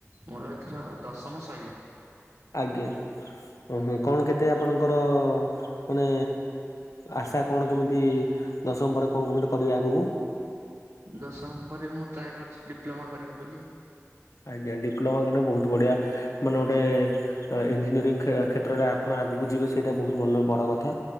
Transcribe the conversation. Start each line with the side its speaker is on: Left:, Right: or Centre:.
Right: ମୋର ଏଥର ଦଶମ ଶୈିଲା
Left: ଆଜ୍ଞା ଓହ କଣ କେତେ ଆପଣଙ୍କର ମାନେ ଆଶା କଣ କେମିତି ଦଶମ ପରେ କଣ କେମିତି କରିବା ଆଗକୁ
Right: ଦଶମ ପରେ ମୁଁ ଟ୍ରାଏ କରିଛିି ଡିପ୍ଲୋମା କରିମି ବୋଲି ଆଉ
Left: ଆଜ୍ଞା ଡିପ୍ଲୋମା କଲେ ବହୁତ ବଢିଆ ମାନେ ଗୋଟେ ଇଞ୍ଜିନିୟରିଂ କ୍ଷେତ୍ରରେ ଆପଣ ଆଗକୁ ଯିବେ ସେଇଟା ବହୁତ ଭଲ ବଡ଼ କଥା